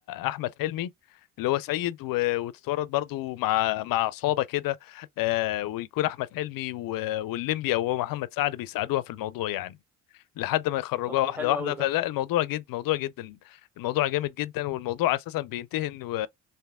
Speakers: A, on the left; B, in the centre.
A: احمد حلمي اللي هو سيد و- وتتورط برضو مع مع عصابه كده آه، ويكون احمد حلمي و- واللمبي او هو محمد سعد بيساعدوها في الموضوع يعني لحد ما يخرجوها
B: طب
A: واحده
B: ده حلو
A: واحده
B: قوي ده
A: فلا الموضوع جد موضوع جدا الموضوع جامد جدا والموضوع اساسا بينتهي ان و-